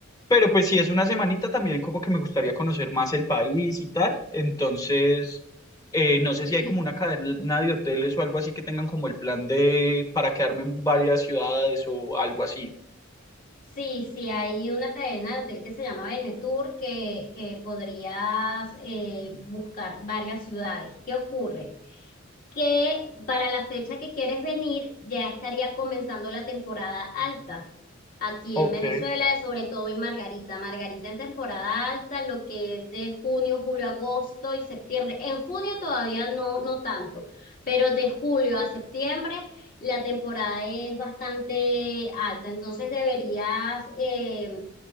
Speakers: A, on the left; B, on the left.
A: Pero pues si es una semanita también como que me gustaría conocer más el país y tal. Entonces, eh, no sé
B: Sí.
A: si hay como una cadena de hoteles o algo así que tengan como el plan de para quedarme en varias ciudades o algo así.
B: Sí, sí, hay una cadena de hotel que se llama Benetour que, que podrías eh, buscar varias ciudades. ¿Qué ocurre? Que para la fecha que quieres venir ya estaría comenzando la temporada alta aquí
A: Ok,
B: en Venezuela, sobre todo en Margarita. Margarita en temporada alta, lo que es de junio, julio, agosto y septiembre. En junio todavía no, no tanto, pero de julio a septiembre la temporada es bastante alta, entonces deberías eh,